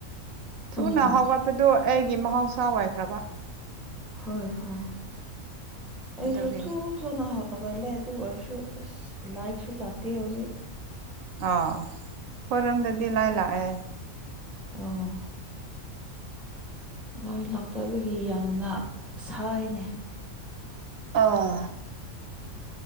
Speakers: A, on the right (about 75°); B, in the centre.
A: ꯊꯨꯅ
B: ꯎꯝ
A: ꯍꯥꯎꯒꯠꯄꯗꯨ ꯑꯩꯒꯤ ꯃꯍꯧꯁꯥ ꯑꯣꯏꯈ꯭ꯔꯕ
B: ꯍꯣꯏ ꯍꯣꯏ ꯑꯩꯁꯨ
A: ꯑꯗꯨꯒꯤꯅꯤ
B: ꯊꯨ ꯊꯨꯅ ꯍꯧꯒꯠꯂꯦ ꯑꯗꯨ ꯑꯣꯏꯔꯁꯨ ꯑꯁ ꯂꯥꯏꯛꯁꯨ ꯂꯥꯛꯇꯦ ꯍꯧꯖꯤꯛ
A: ꯑꯥ ꯑꯩꯈꯣꯏꯔꯣꯝꯗꯗꯤ ꯂꯥꯏꯠ ꯂꯥꯛꯑꯦ
B: ꯑꯣ ꯃꯩ ꯂꯥꯛꯇꯕꯒꯤ ꯌꯥꯝꯅ ꯁꯥꯏꯅꯦ
A: ꯑꯥ